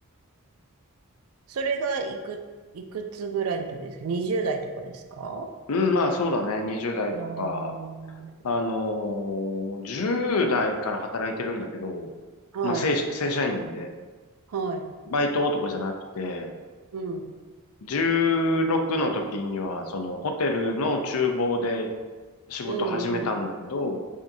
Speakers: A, on the right; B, on the left.
A: それがいく、いくつぐらいの時ですか ?20 代とかですか
B: うん、まあそうだね。20代とか、
A: あー
B: あのー10代から働いてるんだけど、
A: はい。
B: まあ正、正社員で。
A: はい。
B: バイト男じゃなくて、
A: うん。
B: 16の時には、そのホテルの厨房で仕事始めたんだけど、
A: うん。